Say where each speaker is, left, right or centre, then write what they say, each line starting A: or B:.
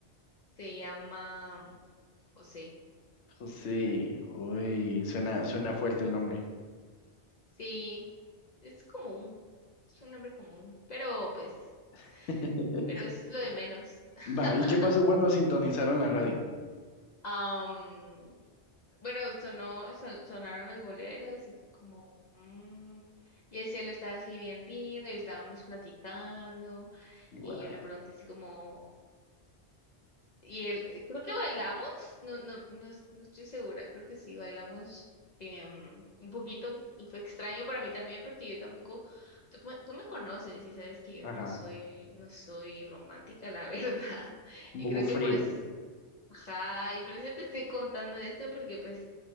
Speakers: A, on the left; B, on the left.
A: se llama José.
B: José. Uy, suena, suena fuerte el nombre.
A: Sí, es común, es un nombre común, pero pues,
B: <laughs>
A: pero eso es lo de menos. <laughs>
B: Va, ¿y qué pasó cuando sintonizaron la radio?
A: Am, bueno, sonó, son- sonaron los boleros y fue como, mm, y el cielo estaba así bien lindo y estábamos platicando
B: Guau,
A: y yo le pregunté así como, y él, eh, creo que bailamos, no, no, no, es- no estoy segura, creo que sí, bailamos em, un poquito y fue extraño para mí también porque yo tampoco, tú, me- tú me conoces y sabes que yo
B: Ajá.
A: no soy, no soy romántica, la <laughs> verdad,
B: un
A: y
B: poco
A: creo
B: fría.
A: que por eso Ajá, y por eso te estoy contando esto, porque pues